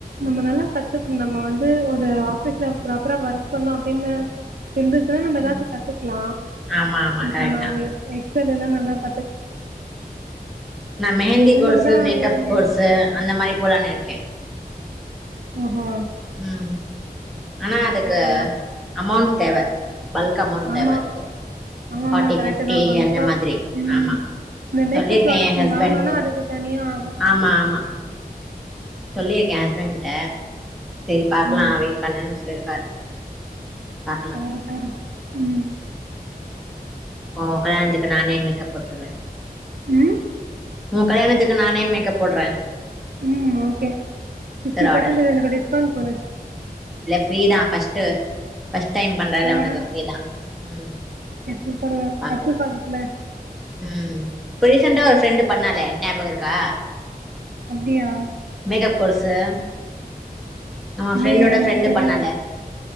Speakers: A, on the right; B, in the centre.
A: நம்ம நல்லா கத்துக்கணு நம்ம வந் ஒரு ஆபீஸ்ல பிராப்பரா ஒர்க் பண்ணு அப்பிடின்னு துன்டுசுன்னா நம்ம எதாச்சு
B: ம்
A: கத்துக்கலாம்
B: ஆமா ஆமா
A: இந்த
B: கரெக்ட்
A: மாரியே
B: தா
A: எக்சல் எல்லா நல்லாரு
B: நா மெஹந்தி
A: நமக்குதா
B: கோர்ஸு மேக்கப்
A: இதுன்னு
B: கோர்ஸு அந்த மாரி போலான் இருக்கே
A: அப்போ
B: ம் ஆனா அதுக்கு
A: பேசாம
B: அமோண்ட் தேவை பல்க் அமோண்ட் தேவ
A: ஆமா
B: அதுக்கு
A: ஆமா
B: பாட்டி
A: ஆமா கரெக்ட்டுதா
B: பிப்டி
A: பலுக்கா
B: அந்த மாரி
A: ம்
B: ஆமா
A: இந்த மேக்கப்
B: சொல்லிருக்கேன்
A: ப்ராடக்ட்
B: ஏ ஹஸ்பெண்ட்கு
A: நீ வாங்கணுனா அதுக்கு தனியா ஆகு
B: ஆமா ஆமா சொல்லிருக்கே ஹஸ்பெண்ட்ட சரி பாக்கலாம்
A: ம்
B: வெயிட் பண்ணுன் சொல்லிருக்காரு பாக்கலா
A: பாரு பாரு ம்
B: அப்போ உங் கல்யாணத்துக்கு நானே மேக்கப் போட்டுருவே
A: ம்
B: உங் கல்யாணத்துக்கு நானே மேக்கப் போடுறேன்
A: ம் ஓகே ஃபிப்டி
B: ஆர்டர்
A: பஸன்டு எனக்கு டிஸ்கவுண்ட் குடு
B: ப்ரீதா பஸ்ட் பஸ்ட் டைம் பண்றேன்ல
A: வேற
B: உனக்கு ப்ரீ தான் ம்
A: பரவால்ல
B: பாக்கலா
A: சட்டி பாத்தத்துல
B: ம் ரீசன்டா ஒரு ஃப்ரெண்டு பண்ணாலே ஞாபக இருக்கா
A: அப்டியா
B: மேக்கப் கோர்ஸு நம
A: இல்லையே
B: ஃப்ரெண்டோட
A: எனக்கு
B: ஃப்ரெண்டு
A: தெரியாது
B: பண்ணாலே